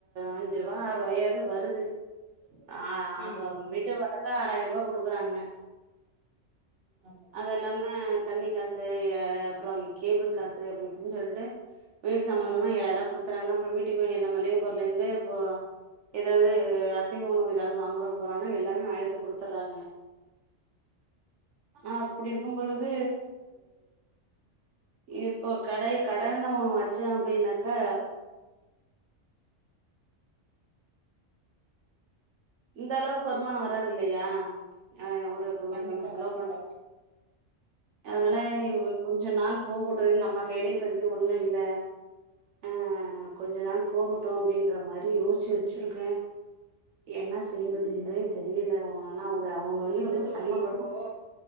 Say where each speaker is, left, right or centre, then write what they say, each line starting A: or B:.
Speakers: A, on the right; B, on the right.
A: அஞ்சு ரூபா ஆறுபாயாவது வருது அ அப்ப
B: ம்
A: வீட்டு வாடகை ஆறாயிர ரூபா கொடுக்குறாங்க
B: ஆமா
A: அது இல்லாம தண்ணி காசு ஆ அப்புற கேபிள் அப்டி இப்டின்னு சொல்டு வீடு சம்பந்தமா எழாயிருவா கொடுத்துற்றாங்க அப்றோ வீட்டுக்கு வேண்டிய இந்த மளிகைப் பொருள்ல இருந்து இப்போ ஏதாவது அசைவ உணவு ஏதாவது வாங்குறோ போறொன்னா எல்லாமே வாங்கிட்டு வந்து கொடுத்துடுறாங்க அ அப்டி இருக்கு பொழுது இப்போ கடையை கடனு நம்ம ஒன்னு வச்சே அப்டின்னாக்கா இந்த அளவுக்கு வருமானோ வராது இல்லையா அ ஒரு ஒரு
B: கண்டிப்பா
A: நம்ம செலவு
B: கண்டிப்பா
A: பண் அதனால இவுங்க கொஞ்ச நாள் போகட்டு நம்ம கையிலயு இப்பதிக்கு ஒண்ணு இல்ல ஆ ஆ ஆ கொஞ்ச நாள் போகட்டு அப்டின்ற மாரி யோசிச்சு வெச்சிருக்கே என்ன செய்யறதுன்னே தெரில ஆனா அவுங்க அவுங்க வந்து
B: இல்ல
A: ரொம்ப
B: தோழி
A: சிரமப்படுவாங்
B: இப்போ